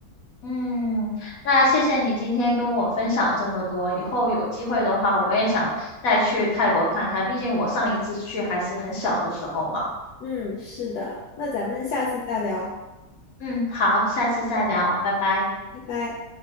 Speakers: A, on the left; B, on the left.
A: 嗯，那谢谢你今天跟我分享这么多。以后有机会的话，我也想再去泰国看看，毕竟我上一次去还是很小的时候嘛。
B: 嗯，是的，那咱们下次再聊，
A: 嗯，好，下次再聊，拜拜。
B: 拜拜。